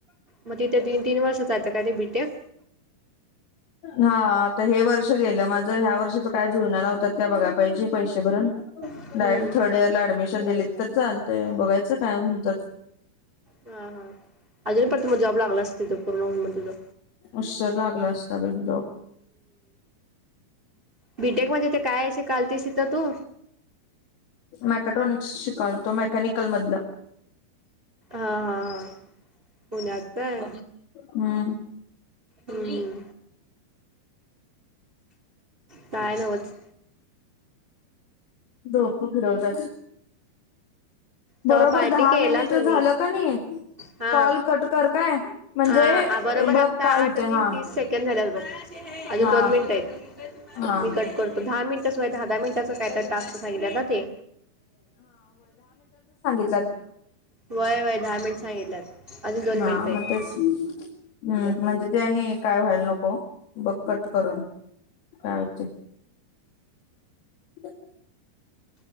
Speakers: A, on the right (about 50°); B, on the left (about 65°).
A: मग तिथे तीन तीन वर्ष जायचं का ते बीटेक
B: हा आता हे वर्ष गेलं माझ ह्या वर्षी तर काय जुळना लावत्यात काय बघाय पाहिजे पैसे भरून
A: हम्म
B: डायरेक्ट थर्ड इयरला अडमिशन दिली तर चालतय, बघायचं काय म्हणतात?
A: हा हा अजून पण त मला जॉब लागला असतं पुर्ण होऊन तिथं
B: उशिर लागला असता बाई जॉब
A: बी टेक मध्ये ते काय अस शिकायलतेस इथं तू
B: मॅकाटाॅनिक्स शिक कालतो मेकॅनिकल मधलं
A: हा हा हा पुण्यात काय
B: हम्म.
A: हम्म <inaudible> काय नवच
B: डोकं फिरवतात बरोबर
A: तेव्हा पार्टी
B: दहा
A: केला
B: मिनिट
A: तुम्ही
B: झालं का नाही,
A: हा
B: कॉल कट कर काय? म्हणजे
A: हा बरोबर
B: बघ
A: आता
B: काय होते
A: आठ मिनट
B: हा
A: तीस सेकंड झाल्यात बघ अजून
B: हा
A: दोन मिनिटयत
B: हा.
A: मी कट करतो दहा मिनट य दहा दहा मिनटाच कॅटर टस्त सांगलं ना ते
B: <unintelligible> ह
A: वय वय दहा मिनिट सांगितल्यात अजून दोन
B: मग
A: मिनिटं आहेत
B: तेच हम् म्हणजे त्यांनी काय व्हायला नको बघ कट करून काय होतय. <inaudible>